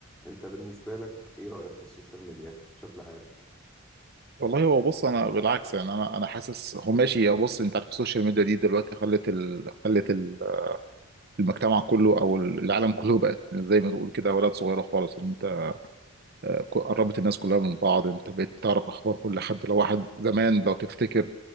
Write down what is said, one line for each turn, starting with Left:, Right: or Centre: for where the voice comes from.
Centre: أنت بالنسبة لك إيه رأيك في السوشيال ميديا بشكل عام؟
Right: والله هو بص انا بالعكس يعني انا انا حاسس هو ماشي هو بص انت عارف السوشيال ميديا دي دلوقتي خلت ال... خلت ال- المجتمع كله او العالم كله بقت زي ما تقول كده ولد صغيره خالص انت قربت الناس كلها من بعض انت بقيت بتعرف اخبار كل حد لو واحد زمان لو تفتكر